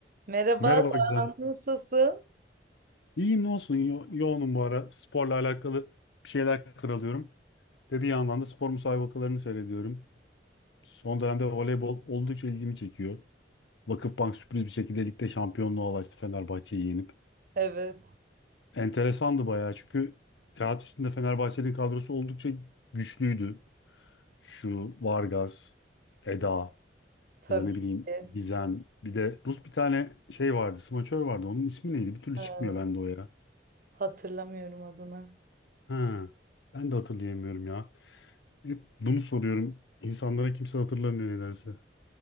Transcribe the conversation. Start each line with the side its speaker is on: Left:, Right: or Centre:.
Right: Merhaba,
Left: Merhaba
Right: Doğan,
Left: Gizem.
Right: nasılsın?
Left: İyiyim ne olsun yo- yoğunum bu ara. Sporla alakalı bir şeyler karalıyorum. Ve bir yandan da spor müsabakalarını seyrediyorum. Son dönemde voleybol oldukça ilgimi çekiyor. Vakıfbank sürpriz bir şekilde ligde şampiyonluğa ulaştı Fenerbahçe'yi yenip.
Right: Evet,
Left: Enteresandı bayağı çünkü kağıt üstünde Fenerbahçe'nin kadrosu oldukça güçlüydü. Şu Vargas, Eda
Right: tabii
Left: ya da ne bileyim
Right: ki.
Left: Gizem. Bir de Rus bir tane şey vardı, smaçör vardı. Onun ismi neydi? Bir türlü
Right: Ee,
Left: çıkmıyor bende o ya.
Right: hatırlamıyorum adını.
Left: Ha, ben de hatırlayamıyorum ya. Hep bunu soruyorum. İnsanlara kimse hatırlamıyor nedense.